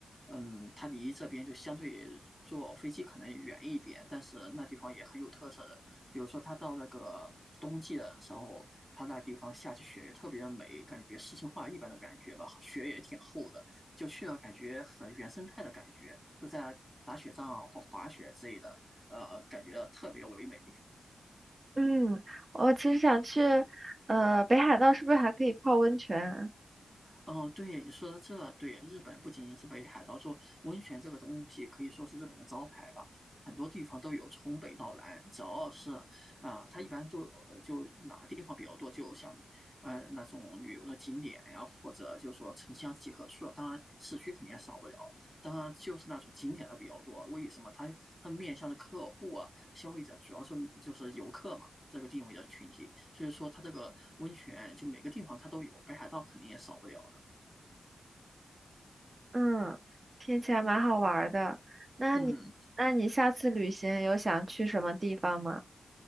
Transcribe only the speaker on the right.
嗯，我其实想去，呃，北海道是不是还可以泡温泉？
嗯，听起来蛮好玩儿的。那你，
那你下次旅行有想去什么地方吗？